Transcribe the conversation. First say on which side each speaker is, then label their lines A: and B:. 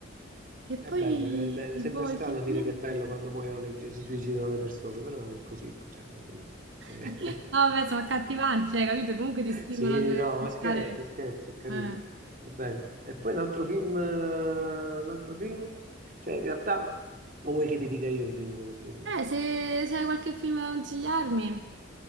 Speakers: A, on the right; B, on the right.
A: E poi,
B: È bello, è be- sembra
A: boh,
B: strano
A: ultimamente...
B: dire che è bello quando muoiono le, si suicidano le persone, però è così, cioè, alla fine. Eh,
A: <laughs> No, vabbè,
B: <laughs>
A: sono accattivanti, cioè, capito? Comunque ti spingono
B: Sì,
A: a dover
B: no, ma
A: cercare...
B: scherzo, scherzo, è carino,
A: Eh,
B: è bello. E poi un altro film, eh, un altro film? Cioè, in realtà, o vuoi che ti dica io un film che mi è piaciuto?
A: Eh, se, se hai qualche film da consigliarmi...